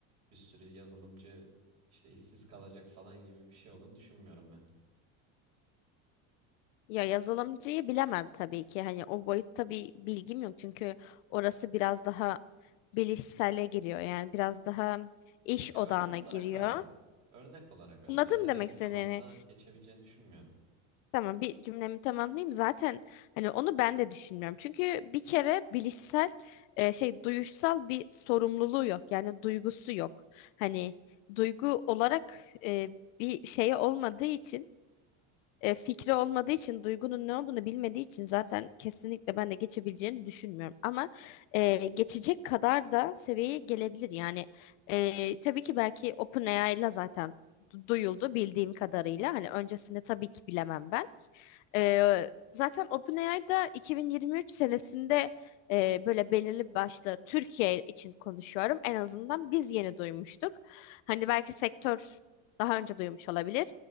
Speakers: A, on the right (about 45°); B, on the left (about 85°).
A: Bir sürü yazılımcı işte işsiz kalacak falan gibi bir şey olduğunu düşünmüyorum ben.
B: Ya yazılımcıyı bilemem tabii ki. Hani o boyutta bir bilgim yok çünkü orası biraz daha bilişsele giriyor. Yani biraz daha iş
A: Ya
B: odağına
A: örnek olarak
B: giriyor.
A: verdim. Örnek olarak verdim.
B: Anladım
A: Ben herhangi
B: demek istediğini.
A: bir alanda geçebileceğini düşünmüyorum.
B: Tamam bir cümlemi tamamlayayım. Zaten hani onu ben de düşünmüyorum. Çünkü bir kere bilişsel e, şey duyuşsal bir sorumluluğu yok. Yani duygusu yok. Hani duygu olarak e, bir şeye olmadığı için e, fikri olmadığı için duygunun ne olduğunu bilmediği için zaten kesinlikle ben de geçebileceğini düşünmüyorum. Ama e, geçecek kadar da seviyeye gelebilir. Yani e, tabii ki belki OpenAI ile zaten du- duyuldu bildiğim kadarıyla. Hani öncesini tabii ki bilemem ben. Ee, zaten OpenAI'da 2023 senesinde e, böyle belirli başlı Türkiye için konuşuyorum. En azından biz yeni duymuştuk. Hani belki sektör daha önce duymuş olabilir